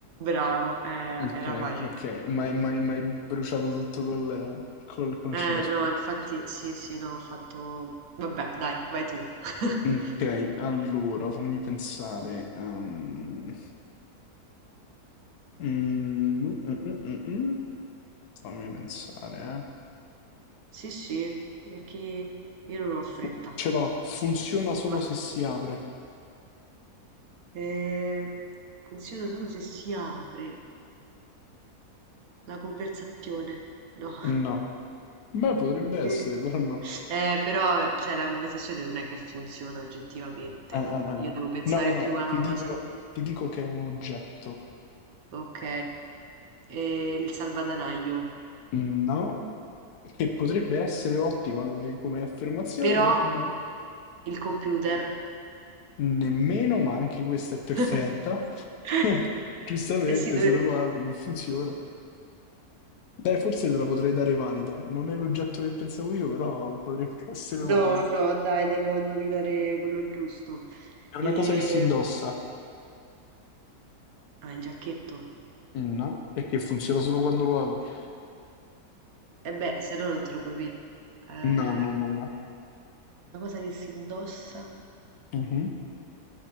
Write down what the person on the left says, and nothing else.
Ok,
ok. Ma hai bruciato tutto col, col concerto.
Ok, allora fammi pensare. ehm, mm, mm, mm, mm, mm. Fammi pensare, eh.
Fu- ce l'ho, funziona solo
se si apre.
No. Beh, potrebbe essere,
però no.
Eh, eh, eh.
eh.
no, no, no,
ti
dico,
ti dico che è un oggetto.
No, che potrebbe essere ottima come, come affermazione,
però no.
Nemmeno, ma anche questa è perfetta.
<laughs> Giustamente,
se non lo apri non funziona. Dai, forse te la potrei dare valida. Non è l'oggetto che pensavo io, però potrebbe <laughs> essere valida.
È una
cosa che si indossa.
No, è che funziona solo quando lo apri.
No, no,
no, no.
Mhm.